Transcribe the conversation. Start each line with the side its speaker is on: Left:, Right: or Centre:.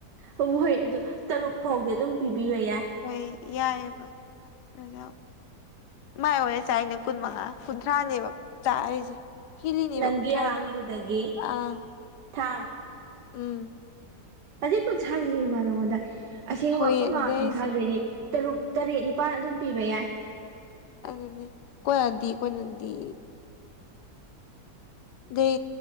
Right: ꯍꯣ ꯍꯣ ꯍꯣꯏ ꯑꯗꯨ ꯇꯔꯨꯛ ꯐꯥꯎꯗꯤ ꯑꯗꯨꯝ ꯄꯤꯕꯤꯕ ꯌꯥꯏ
Left: ꯍꯣꯏ ꯌꯥꯏꯑꯕ ꯑꯗꯨꯖ ꯃꯥꯏ ꯑꯣꯏꯔꯦ ꯆꯥꯛꯅꯦ ꯀꯨꯟ ꯃꯉꯥ ꯀꯨꯟꯊ꯭ꯔꯥꯅꯦꯕ ꯆꯥꯔꯤꯁꯦ ꯍꯤꯂꯤꯅꯦꯕ
Right: ꯅꯪꯒꯤ
Left: ꯀꯨꯟꯊ꯭ꯔꯥ
Right: ꯑꯉꯥꯡꯒꯤꯗꯨꯗꯒꯤ
Left: ꯑ
Right: ꯊꯥ
Left: ꯎꯝ
Right: ꯑꯗꯨꯩ ꯀꯨꯟꯊ꯭ꯔꯥꯗꯃ ꯅꯉꯣꯟꯗ ꯑꯁꯦꯡꯕ
Left: ꯍꯣꯏꯌꯦ
Right: ꯀꯨꯟꯃꯉꯥ
Left: ꯑꯗꯨꯗ
Right: ꯀꯨꯟꯊ꯭ꯔꯥꯗꯗꯒꯤ
Left: ꯑꯩꯁꯦ
Right: ꯇꯔꯨꯛ ꯇꯔꯦꯠ ꯅꯤꯄꯥꯜ ꯑꯗꯨꯝ ꯄꯤꯕ ꯌꯥꯏ
Left: ꯑꯗꯨꯅꯦ ꯀꯣꯏꯅꯗꯤ ꯀꯣꯏꯅꯗꯤ ꯑꯗꯩ